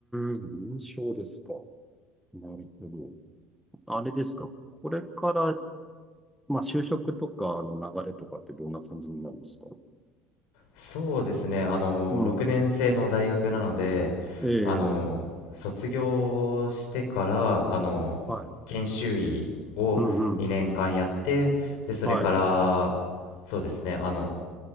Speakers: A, in the centre; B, on the left.
A: ーん。臨床ですか。なるほど。あれですか。これから、まあ、就職とかの流れとかってどんな感じになるんですか
B: そうですね、あの、
A: うん。
B: 6年生の大学なので、
A: ええ。
B: あの、卒業してから、あの、
A: はい。
B: 研修医を2年間やって、
A: うんうん。
B: で、それから、
A: はい。
B: そうですね、あの、